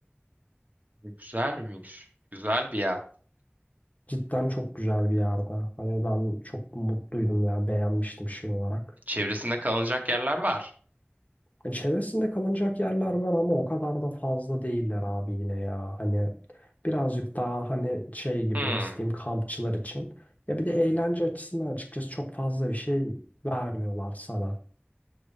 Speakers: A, on the right; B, on the left.
A: güzelmiş. Güzel bir yer.
B: Cidden çok güzel bir yerde. Hani ben çok mutluydum ya, beğenmiştim şey olarak.
A: Çevresinde kalınacak yerler var.
B: E, Çevresinde kalınacak yerler var ama o kadar da fazla değiller abi yine ya. Hani birazcık daha hani şey gibi
A: Hmm,
B: nasıl diyeyim kampçılar için. Ya bir de eğlence açısından açıkçası çok fazla bir şey vermiyorlar sana.